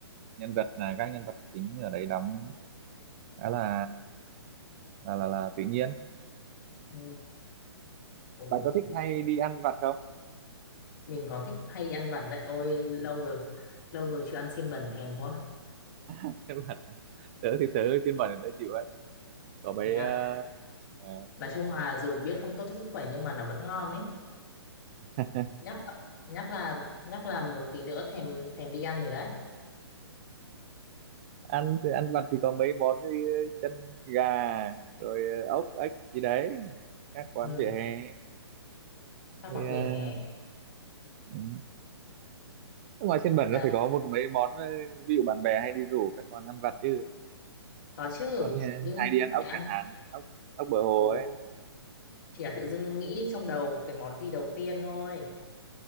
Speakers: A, on the right (about 25°); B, on the left (about 45°).
A: nhân vật là các nhân vật chính ở đấy đóng khá là là là, là tự nhiên
B: Ừ. Ồ,
A: bạn có thích hay đi ăn vặt không
B: mình có thích hay đi ăn vặt đấy ôi lâu rồi lâu rồi chưa ăn xiên bẩn thèm quá
A: <laughs> Chắc là tớ thì tớ phiên bản tớ chịu ấy có mấy
B: thế à
A: ờ, ờ,
B: nói chung là dù biết không tốt cho sức khỏe nhưng mà nó vẫn ngon ấy
A: <laughs>
B: nhắc là, nhắc là nhắc là muốn tí nữa thèm thèm đi ăn rồi đấy
A: ăn ăn vặt thì có mấy món như chân gà rồi ờ, ốc ếch gì đấy các quán
B: ừ
A: vỉa hè
B: ta
A: thì
B: còn
A: ờ,
B: vỉa hè
A: ừ. ngoài trên bẩn
B: đấy
A: nó phải có một mấy món ờ, ví dụ bạn bè hay đi rủ các con ăn vặt chứ
B: có chứ
A: con Ừ. ờ,
B: đương
A: hay
B: nhiên
A: đi ăn
B: vẫn
A: ốc
B: phải ăn
A: chẳng hạn ốc ốc bờ hồ
B: ồ
A: ấy
B: chỉ là tự dưng nghĩ trong đầu cái món gì đầu tiên thôi